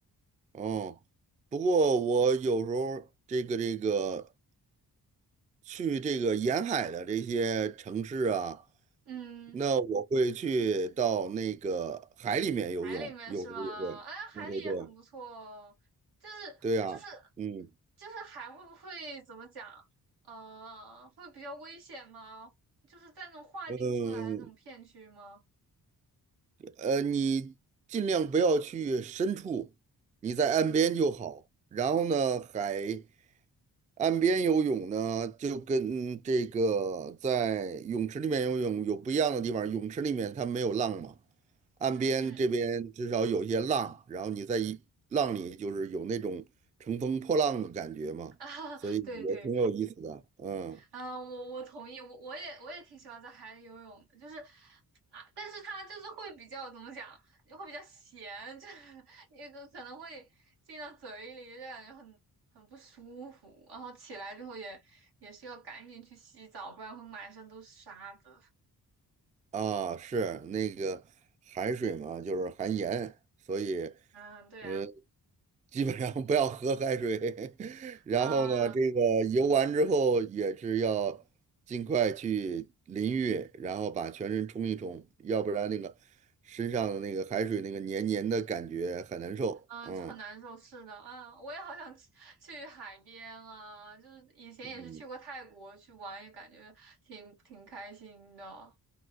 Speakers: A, on the right; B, on the right.
A: 哦。不过我有时候这个这个去这个沿海的这些城市啊，
B: 嗯。
A: 那我会去到那个海里面游泳，
B: 海里面是吗？
A: 有时候也会。
B: 哎，海里也很不错哦。
A: 对对对，
B: 就是就是
A: 对啊，嗯
B: 就是海会不会怎么讲？呃，会比较危险吗？就是在那种划定出来的那种片区吗？
A: 嗯呃，你尽量不要去深处，你在岸边就好。
B: 嗯
A: 然后呢，海。岸边游泳呢，就跟这个在泳池里面游泳有不一样的地方。泳池里面它没有浪嘛，岸边这边至少有些浪，
B: 嗯嗯
A: 然后你在一浪里就是有那种乘风破浪的感觉嘛，
B: <laughs> 啊，
A: 所以也挺有意思的。
B: 对对，
A: 嗯，
B: 嗯，我我同意，我我也我也挺喜欢在海里游泳的，就是啊，但是它就是会比较怎么讲，会比较咸，就是那个可能会进到嘴里，就感觉很很不舒服，然后起来之后也也是要赶紧去洗澡，不然会满身都是沙子。
A: 啊，是那个海水嘛，就是含盐，所以
B: 啊，对啊，
A: 呃基本上不要喝海水，<laughs> 然后呢，
B: 啊
A: 这个游完之后也是要尽快去淋浴，然后把全身冲一冲，要不然那个身上的那个海水那个黏黏的感觉很难受。
B: 嗯，
A: 嗯
B: 很难受，是的，啊，我也好想去去海边啊，就是以前也是去过泰国去玩，
A: 嗯
B: 也感觉挺挺开心的，